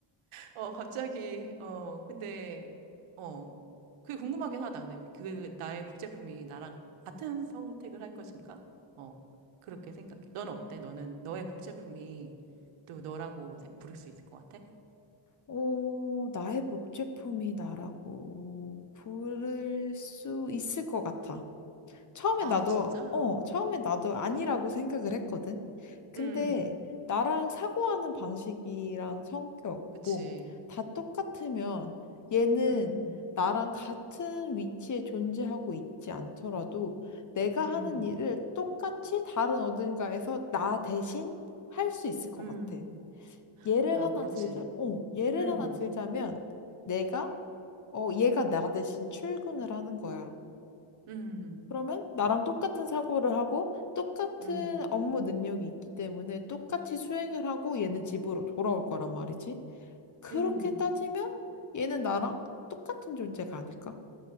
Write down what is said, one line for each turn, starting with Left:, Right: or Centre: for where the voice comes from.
Right: 어, 갑자기, 어, 근데, 어, 그게 궁금하긴 하다. 근데 그, 나의 복제품이 나랑 같은 선택을 할 것인가? 어, 그렇게 생각해. 넌 어때? 너는, 너의 복제품이 또 너라고 세- 부를 수 있을 것 같아?
Left: 오, 나의 복제품이 나라고 부를 수 있을 것 같아. 처음에
Right: 아,
Left: 나도,
Right: 진짜?
Left: 어, 처음에 나도 아니라고 생각을 했거든. 근데
Right: 음,
Left: 나랑 사고하는 방식이랑 성격,
Right: 그치.
Left: 몸, 다 똑같으면 얘는
Right: 음,
Left: 나랑 같은 위치에 존재하고 있지 않더라도 내가 하는
Right: 음,
Left: 일을 똑같이 다른 어딘가에서 나 대신 할 수 있을 것
Right: 음.
Left: 같아. 예를
Right: 아,
Left: 하나
Right: 그렇지.
Left: 들자, 어, 예를
Right: 음,
Left: 하나 들자면 내가, 어, 얘가 나 대신 출근을 하는 거야.
Right: 음,
Left: 그러면 나랑 똑같은 사고를 하고 똑같은
Right: 음,
Left: 업무 능력이 있기 때문에 똑같이 수행을 하고 얘는 집으로 돌아올 거란 말이지. 그렇게
Right: 음.
Left: 따지면 얘는 나랑 똑같은 존재가 아닐까?